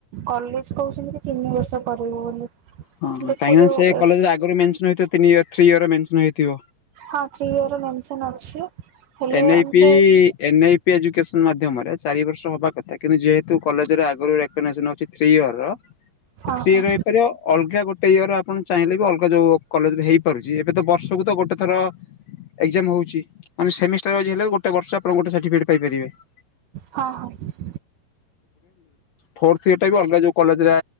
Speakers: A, on the right; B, on the left.
A: କଲେଜ କହୁଛନ୍ତି କି ତିନି ବର୍ଷ କରିବୁ ବୋଲି।
B: ହଁ
A: ଦେଖାଯାଉ
B: କାହିଁକିନା ସେ କଲେଜରେ ଆଗରୁ ମେସ ହେଇଥ ନି ୟ ଥ୍ରୀ ଇୟରରେ ମେସନ୍ଇଥିବ।
A: ହଁ ଥ୍ରୀ ଇୟର ମେନସନ ଅଛି। ହେଲେ
B: ଏନ ଆଇ
A: ଆମକୁ
B: ପି ଏନ୍ ଆଇ ପି ଏଜୁକେସନ୍ ମାଧ୍ୟମରେ ଚାରି ବର୍ଷ ହବା କଥା କିନ୍ତୁ ଯେହେତୁ କଲେଜ ରେ ଆଗରୁ ରେକକ୍ନାଜେସନ୍ ହେଉଛି ତିନି ଇଅର୍ ର ସେଥି
A: ହଁ
B: ଥିଇଅର୍
A: ହଁ
B: ହେଇପାରିବ ଅଲଗା ଗୋଟେ ଇୟର ଆପଣ ଚାହିଁଲେ ବି ଅଲଗା ଯୋଉ କଲେଜରେ ହେଇପାରୁଛି। ଏବେ ତ ବର୍ଷକୁ ତ ଗୋଟେ ଥର ଏଜ୍ରାମ୍ ହଉଛି। ମାନେ ସେମିଷ୍ଟର ହେ ଗୋଟେ ବର୍ଷ <unintelligible>
A: ହଁ ହଁ।
B: ଫୋର୍ଥ ଇଅର୍ ଭି ଅଲଗା ଯୋଉ କଲେଜ ରେ